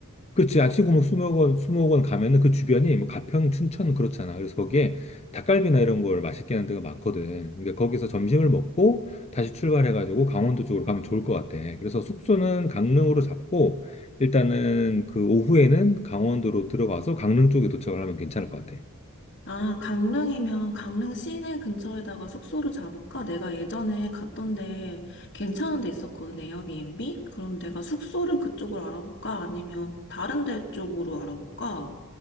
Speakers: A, on the left (about 30°); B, on the left (about 50°).
A: 그렇지. 아치구무 수목원, 수목원 가면은 그 주변이 뭐 가평, 춘천 그렇잖아. 그래서 거기에 닭갈비나 이런 걸 맛있게 하는 데가 많거든. 그러니까 거기서 점심을 먹고 다시 출발해가지고 강원도 쪽으로 가면 좋을 것 같아. 그래서 숙소는 강릉으로 잡고 일단은 그 오후에는 강원도로 들어가서 강릉 쪽에 도착을 하면 괜찮을 것 같아.
B: 아, 강릉이면 강릉 시내 근처에다가 숙소를 잡을까? 내가 예전에 갔던데 괜찮은 데 있었거든, 에어비앤비? 그럼 내가 숙소를 그쪽으로 알아볼까? 아니면 다른 데 쪽으로 알아볼까?